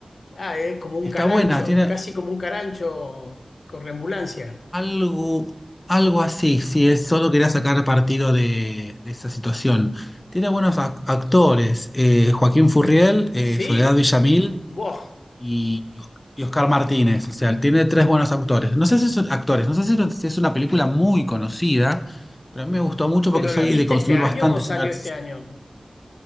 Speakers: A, on the left; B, on the left.
A: Ah, es como un
B: Está
A: carancho,
B: buena, tiene,
A: casi como un carancho correambulancia.
B: Algo, algo así, si es solo quería sacar partido de, de esa situación. Tiene buenos ac- actores, eh, Joaquín Furriel, eh,
A: Sí,
B: Soledad Villamil
A: vos.
B: y, y Oscar Martínez. O sea, tiene tres buenos actores. No sé si son actores, no sé si, si es una película muy conocida, pero a mí me gustó mucho
A: ¿Pero
B: porque soy
A: la viste
B: de consumir
A: este año
B: bastante.
A: o salió
B: cine
A: este año?